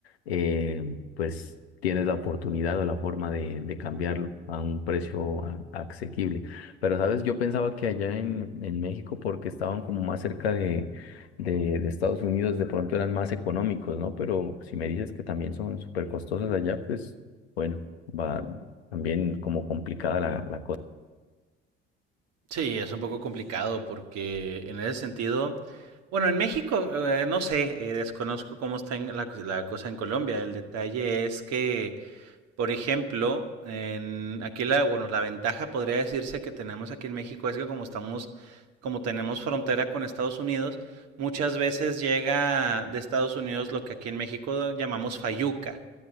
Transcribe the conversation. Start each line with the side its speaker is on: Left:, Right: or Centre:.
Left: eh, pues tienes la oportunidad o la forma de, de cambiarlo a un precio a- asequible. Pero, ¿sabes? Yo pensaba que allá en, en México, porque estaban como más cerca de, de, de Estados Unidos, de pronto eran más económicos, ¿no? Pero si me dices que también son súper costosos allá, pues bueno, va también como complicada la, la cosa.
Right: Sí, es un poco complicado porque en ese sentido, bueno, en México, eh, no sé, eh, desconozco cómo está en la, la, cosa en Colombia. El detalle es que, por ejemplo, en, aquí la, bueno, la ventaja podría decirse que tenemos aquí en México es que como estamos, como tenemos frontera con Estados Unidos, muchas veces llega de Estados Unidos lo que aquí en México llamamos fayuca